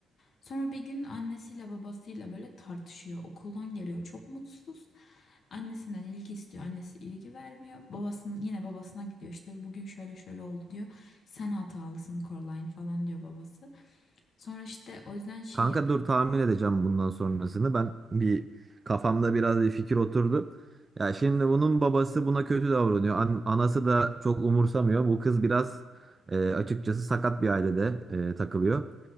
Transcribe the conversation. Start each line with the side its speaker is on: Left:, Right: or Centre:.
Left: Sonra bir gün annesiyle babasıyla böyle tartışıyor. Okuldan geliyor çok mutsuz. Annesinden ilgi istiyor. Annesi ilgi vermiyor. Babasının yine babasına gidiyor. İşte bugün şöyle şöyle oldu diyor. Sen hatalısın Coraline falan diyor babası. Sonra işte o yüzden şey
Right: Kanka
Left: yapıyor.
Right: dur tahmin edeceğim bundan sonrasını. Ben bir kafamda biraz bir fikir oturdu. Ya şimdi bunun babası buna kötü davranıyor. An- anası da çok umursamıyor. Bu kız biraz e, açıkçası sakat bir ailede e, takılıyor.